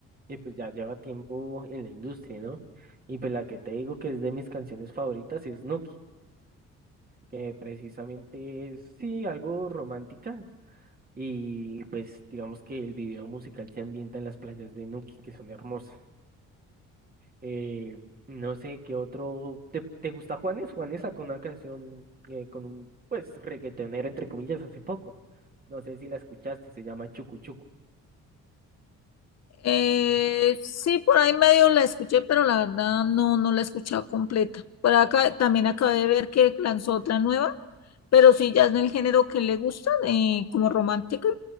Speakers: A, on the right (about 30°); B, on the left (about 60°).
A: y pues ya lleva tiempo en la industria, ¿no? Y pues la que te digo que es de mis canciones favoritas es Nuki, que precisamente es, sí, algo romántica, Y pues digamos que el video musical se ambienta en las playas de Nuki, que son hermosas. Eh, no sé qué otro. ¿Te, te gusta Juanes? Juanes sacó una canción eh, con un pues reggaetonero entre comillas hace poco. No sé si la escuchaste, se llama Chucu Chucu.
B: Eh, sí, por ahí medio la escuché, pero la verdad no, no la he escuchado completa. Por acá también acabé de ver que lanzó otra nueva, pero sí, ya es del género que le gusta, eh, como romántica.